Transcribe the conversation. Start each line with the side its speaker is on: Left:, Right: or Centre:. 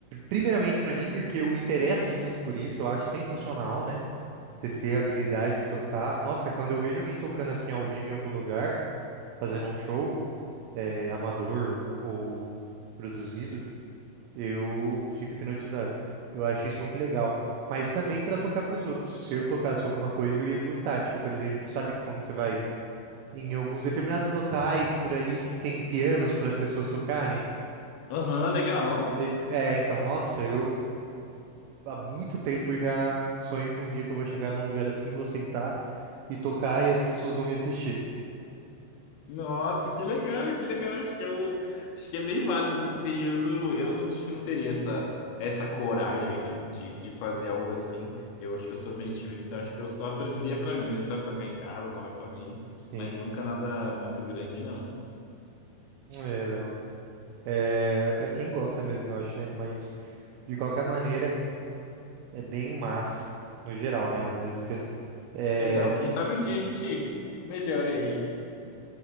Right: primeiramente para mim, porque eu interesso muito por isso, eu acho sensacional, né? Você ter a habilidade de tocar. Nossa, quando eu vejo alguém tocando assim ao vivo em algum lugar, fazendo um show, eh, amador ou produzido, Eu fico hipnotizado. Eu acho isso muito legal. Mas também para tocar para os outros. Se eu tocasse alguma coisa, eu ia gostar. Tipo, por exemplo, sabe quando você vai em alguns determinados locais por aí que tem pianos para as pessoas tocarem?
Left: Aham, legal.
Right: E- É, então, nossa, eu há muito tempo já sonho com um dia que eu vou chegar num lugar assim, vou sentar e tocar e as pessoas vão me assistir.
Left: Nossa, que legal, que legal. Acho que é, um- acho que é bem válido, não sei. Eu não, eu não acho que não teria essa, essa coragem aí, não, de, de fazer algo assim. Eu acho que eu sou meio tímido, então acho que eu só aprenderia pra mim, sabe? Tocar em casa com a minha família,
Right: Sim,
Left: mas nunca nada muito grande, não.
Right: é, Léo. É para quem gosta mesmo, eu acho, né? Mas de qualquer maneira, é bem massa, no geral,
Left: Hum,
Right: né? A música. É,
Left: legal. Quem sabe um dia a gente melhore aí.